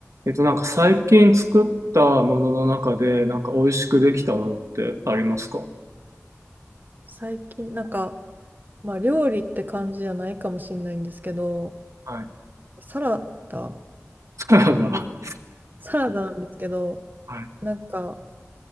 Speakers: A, on the right; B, on the right.
A: えっと、なんか最近作ったものの中で、なんか美味しくできたものってありますか
B: 最近、なんか、まあ、料理って感じじゃないかもしれないんですけど、
A: はい。
B: サラダ、
A: サラダ。
B: おサラダなんですけど、
A: はい。
B: なんか、